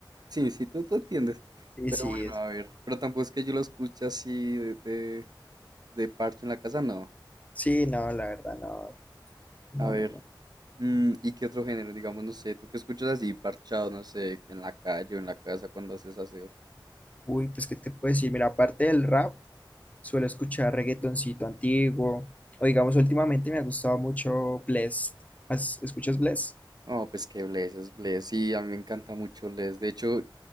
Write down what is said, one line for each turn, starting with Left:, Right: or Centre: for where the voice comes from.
Right: Sí, sí, tú, tú entiendes.
Left: Sí,
Right: Pero
Left: sí,
Right: bueno,
Left: es-
Right: a ver. Pero tampoco es que yo lo escuche así de, de, de parche en la casa, no.
Left: sí, no, la verdad, no, no,
Right: A ver.
Left: no. no.
Right: mm, ¿y qué otro género? Digamos, no sé, tú qué escuchas así parchado, no sé, en la calle o en la casa cuando haces aseo.
Left: Uy, pues qué te puedo decir, mira, aparte del rap, suelo escuchar reggaetoncito antiguo, o digamos, últimamente me ha gustado mucho Blessd. ¿Has- ¿Escuchas Blessd?
Right: Oh, pues que Bless es Bless. Sí, a mí me encanta mucho Bless. De hecho,